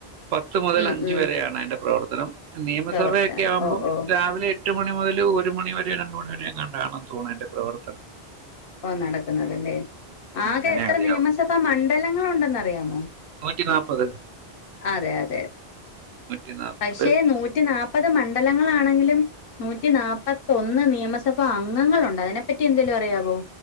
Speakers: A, on the right (about 80°); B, on the left (about 60°).
A: പത്തു മുതൽ
B: ഉം
A: അഞ്ചു
B: ഉം
A: വരെ ആണ് അതിന്റെ പ്രവർ ത്തനം നിയമസഭയൊക്കെ
B: പ്രവർത്തനം
A: ആവുമ്പോൾ
B: ഓ ഓ
A: രാവിലെ <unintelligible>
B: ഓ നടക്കുന്നതല്ലേ ആകെ
A: അങ്ങനെ
B: എത്ര
A: അറിയാവു
B: നിയമസഭ മണ്ഡലങ്ങളുണ്ട് എന്ന് അറിയാവോ
A: നൂറ്റി നാപ്പത്
B: അതെ അതെ
A: നൂറ്റി നാപ്പത്
B: പക്ഷെ നൂറ്റിനാൽപത് മണ്ഡലങ്ങളാണെങ്കിലും ഹമ് നുന്റിനാപതിഒന്ന് നിയമസഭ അംഗങ്ങൾ ഉണ്ട് അതിനെ പറ്റി എന്തെങ്കിലും അറിയോ